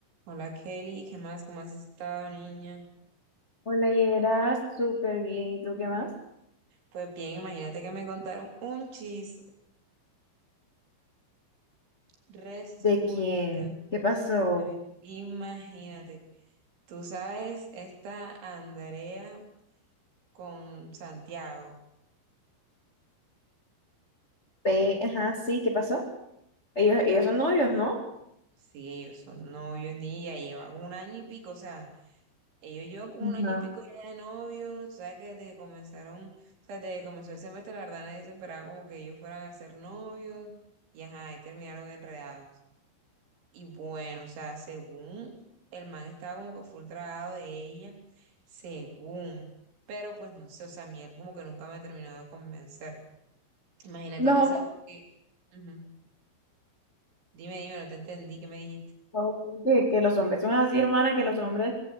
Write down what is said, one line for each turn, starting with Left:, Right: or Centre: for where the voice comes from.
Right: Hola Kelly, ¿qué más? ¿Cómo has estado, niña?
Left: Hola, Yera, súper bien. ¿Y tú qué más?
Right: Pues bien, imagínate que me contaron un chisme. Resulta,
Left: ¿De quién? ¿Qué pasó?
Right: a ver, imagínate, tú sabes, esta Andrea con Santiago.
Left: Pe- Ajá, sí, ¿qué pasó? Ellos, ellos
Right: Bueno,
Left: son novios,
Right: bueno,
Left: ¿no?
Right: sí, ellos son novios, niña, llevan un año y pico, o sea, ellos llevan como
Left: Ajá.
Right: un año y pico ya de novios, tú sabes que desde que comenzaron, o sea, desde que comenzó el semestre, la verdad, nadie se esperaba como que ellos fueran a ser novios, y ajá, ahí terminaron enredados. Y bueno, o sea, según el man estaba como que full tragado de ella, según, pero pues no sé, o sea, a mí él como que nunca me ha terminado de convencer. Imagínate
Left: Los
Right: que
Left: hombres,
Right: se... que- ujú. Dime, dime, no te entendí, ¿qué me dijiste?
Left: ¿no? que, que los hombres son así, hermana, que los hombres